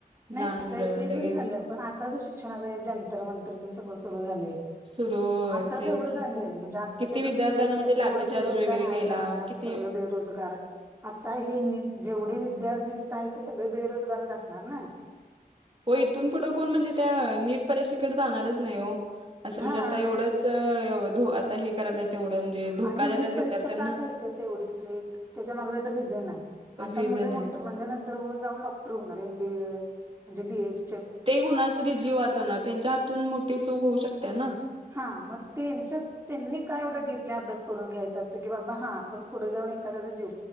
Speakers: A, on the right; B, on the right.
A: नाही
B: लहान मुलं
A: ते
B: लगेच
A: पण झालं, पण आता शिक शिकण्याचं जंतर-मंतर ते सगळं सुरू झाले.
B: सुरू होय
A: आताच
B: तेच
A: एवढं
B: की
A: झालंय, म्हणजे आत्ताच्या
B: किती
A: जम
B: विद्यार्थ्यांना
A: त्या
B: म्हणजे
A: ते
B: लाठीचार्ज
A: एवढं बेरोजगार
B: वगैरे
A: राहायला
B: केला
A: लागत
B: किती
A: सगळं. बेरोजगार आता हे जेवढे विद्यार्थी. ते सगळे बेरोजगारच असणार ना.
B: हो, इथून पुढं कोण म्हणजे, त्या नीट परीक्षेकडे जाणारच नाही हो, असं
A: हा
B: म्हणजे आता एवढंच. च यावधु हे करायला तेवढं म्हणजे धोका
A: आणि नीट
B: द्यायल्यात विद्यार्थ्यांना.
A: परीक्षा काय घ्यायची असते एवढी स्ट्रेट, त्याच्या माग तर रिझन आहे. आता
B: हे
A: मुले
B: जण
A: मोठं
B: आहे
A: म्हणजे नंतर होऊन जाऊन डॉक्टर होणार, एमबीबीएस म्हणजे बीएच.
B: ते कुणाचं तरी जीव वाचवणार, त्यांच्या हातून मोठी चूक होऊ शकते ना.
A: हा, मग त्यांनी काय एवढं डडीपले अभ्यास करून घ्यायचा असतो की बाबा, हा. पण पुढे जाऊन एखादाचा जीव